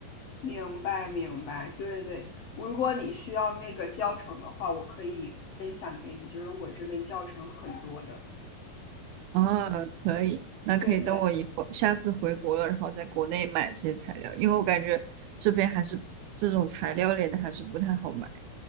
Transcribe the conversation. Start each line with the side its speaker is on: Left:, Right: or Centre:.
Left: 明白明白，对对，如果你需要那个教程的话，我可以分享给你，就是我这边教程很多的。
Right: 啊，可以，那可以等我以后下次回国了，
Left: 对对
Right: 然后在国内买这些材料，因为我感觉这边还是这种材料类的还是不太好买。